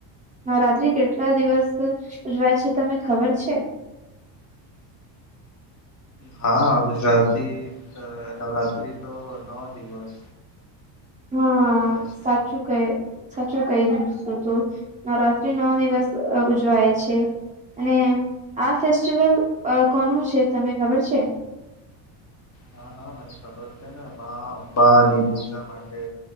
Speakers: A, on the right (about 15°); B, on the left (about 35°).
A: નવરાત્રી કેટલા દિવસ ઉજવાય છે તને ખબર છે?
B: હા. ગુજરાતી તો નવરાત્રી તો નો દિવસ.
A: હા
B: ઉજવાય છે
A: સાચું કહે, સાચું કહી દીધીશું તું. નવરાત્રી નવ દિવસ ઉજવાય છે. અને આ ફેસ્ટિવલ અહ કોનું છે તને ખબર છે?
B: હા, હા મને ખબર છે ને. મા અંબા ની પૂજા માટે